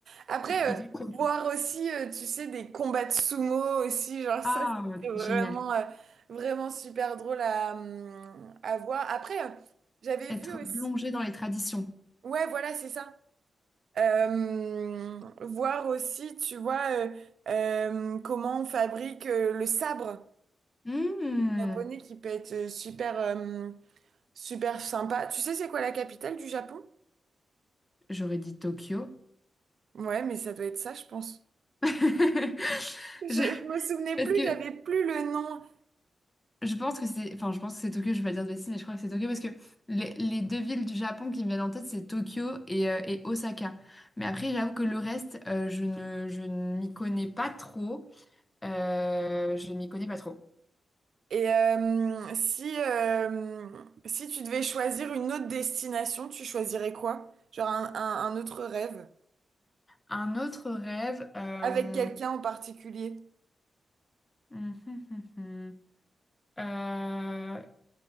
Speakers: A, on the right; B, on the left.
A: Après,
B: Exactement.
A: euh, voir aussi, euh, tu sais, des combats de sumo aussi, genre ça,
B: Ah, ouais,
A: c'est vraiment,
B: génial.
A: euh, vraiment super drôle à, hum, à voir. Après, euh, j'avais
B: Être
A: vu aussi.
B: plongé dans les traditions.
A: Ouais, voilà, c'est ça. Euh, voir aussi, tu vois, euh, euh, comment on fabrique euh, le sabre
B: Hmm,
A: japonais qui peut être euh, super. euh, Super sympa. Tu sais, c'est quoi la capitale du Japon?
B: J'aurais dit Tokyo.
A: Ouais, mais ça doit être ça, je pense.
B: <laughs>
A: Je,
B: Je-
A: je me souvenais
B: Parce
A: plus,
B: que
A: j'avais plus le nom.
B: je pense que c'est, enfin, je pense que c'est Tokyo. Je vais pas dire de bêtises, mais je crois que c'est Tokyo parce que les, les deux villes du Japon qui me viennent en tête, c'est Tokyo et, euh, et Osaka. Mais après, j'avoue que le reste, euh, je ne, je ne m'y connais pas trop. Euh, je m'y connais pas trop.
A: Et euh, si, euh, si tu devais choisir une autre destination, tu choisirais quoi? Genre un, un- un autre rêve?
B: Un autre rêve. euh,
A: Avec quelqu'un en particulier?
B: <laughs> hum, hum, hum, hum. Euh,